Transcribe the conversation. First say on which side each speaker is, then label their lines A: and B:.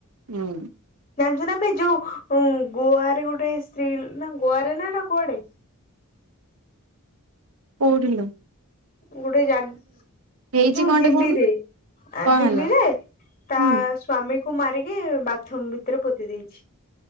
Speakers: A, on the right (about 80°); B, on the left (about 30°).
A: ହୁଁ।
B: ଜାଣିଛୁ ନା ବେ ଯୋଉ ଉଁ ଗୋଆରେ ଗୋଟେ ସ୍ତ୍ରୀ ନା ଗୋଆରେ ନାଟ କୁଆଡେ?
A: କୋଉଥିଲୋ?
B: ଗୋଟେଏ ଜାଗା
A: ହେଇଛି
B: ଯୋଉ
A: କଣଟେ
B: ଦିଲ୍ଲୀରେ
A: କହୁନୁ
B: ଆ
A: କଣ
B: ଦିଲ୍ଲୀରେ
A: ହେଲା
B: ତା
A: ହୁଁ
B: ସ୍ଵାମୀକୁ ମାରିକି ବାଥୁରୁମୁ ଭିତରେ ପୋତି ଦେଇଛି।